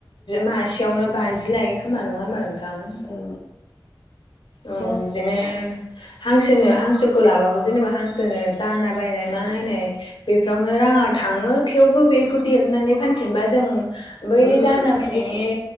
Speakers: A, on the left; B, on the left.
A: मासेयावनो बाजि लायो खोमा नङा होमबा नोंथां
B: औ
A: औ
B: दा
A: बिदिनो हांसोनो हांसोखौ लाबाबो जेनेबा हांसोनो दाना बायनाय मा नायनाय बेफोरावनो राङा थाङो थेवबो बेखौ देरनानै फानफिनबा जों बै
B: रग'
A: दाना
B: औ
A: बायनायनि